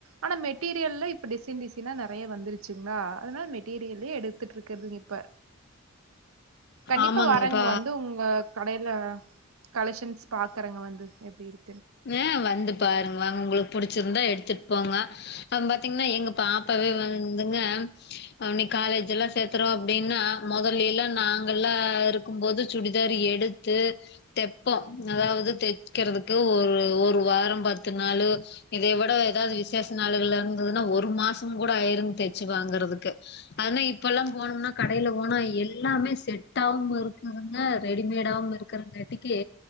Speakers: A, on the right (about 75°); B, on the left (about 50°).
A: ஆனா மெட்டீரியல்ல இப்ப டிசைன் டிசைனா நெறைய வந்துருச்சுங்களா அதனால மெட்டீரியல்லயே எடுத்துட்டு இருக்கதுங்க இப்ப கண்டிப்பா
B: ஆமாங்க
A: வரங்க
B: இப்ப
A: வந்து உங்க கடையில கலெஷன்ஸ் பாக்குறங்க வந்து எப்படி இரு
B: நெ வர் வந்து பாருங்கங்க உங்களுக்கு புடிச்சிருந்தா எடுத்துட்டு போங்க அப்போ பாத்தீங்கன்னா எங்க பாப்பாவே வந்துங்க அவளுக்கு காலேஜ் எல்லாம் சேத்துறோம் அப்படின்னா முதல்லே எல்லாம் நாங்க எல்லாம் இருக்கும் போது சுடிதார் எடுத்து தைப்போம் அதாவது தைக்கிறதுக்கு ஒரு ஒரு வாரம் பத்து நாளு இதை விட ஏதாவது விசேஷ நாளு இருந்ததுன்னா ஒரு மாசம் கூட ஆயிருங்க தச்சு வாங்கறதுக்கு ஆனா இப்பல்லாம் போனேம்னா கடைல போனா எல்லாமே செட்டவும் இருக்கதுங்க ரெடிமேடவும் இருக்கிறங்காட்டிக்கு